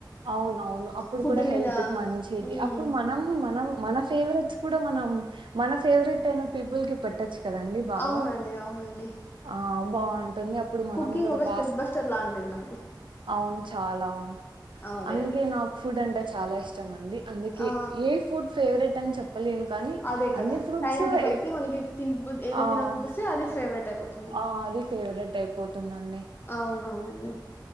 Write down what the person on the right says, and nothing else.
అవునవును అప్పుడు
కూడా హెల్త్
కి మంచిది
అప్పుడు మనం మనం మన ఫేవరేట్స్ కూడా మనం మన ఫేవరెట్ అయిన పీపుల్ కి పెట్టచ్చు కదండి బాగా
ఆ బాగుంటుంది అప్పుడు మనం
కూడా
బాగా
అవును చాలా
అందుకే
నాక్ ఫుడ్ అంటే చాలా ఇష్టమండి అందుకే
ఏ ఫుడ్ ఫేవరెట్ అని చె ప్పలేను కానీ
అన్ని ఫ్రూట్స్
ఎ
అహ్
ఆ అది ఫేవరెట్ అయిపోతుందండి